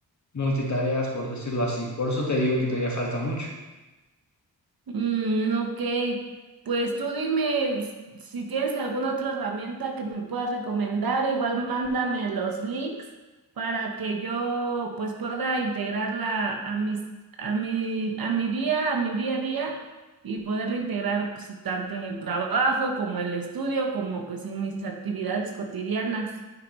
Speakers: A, on the left (about 45°); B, on the right (about 60°).
A: multitareas, por decirlo así. Por eso te digo que todavía falta mucho.
B: Mm, ok, pues tú dime s- si tienes alguna otra herramienta que me puedas recomendar, igual mándame los links para que yo pues pueda integrarla a mis, a mi, a mi día, a mi día a día y poderla integrar pues tanto en el trabajo como en el estudio como pues en mis actividades cotidianas.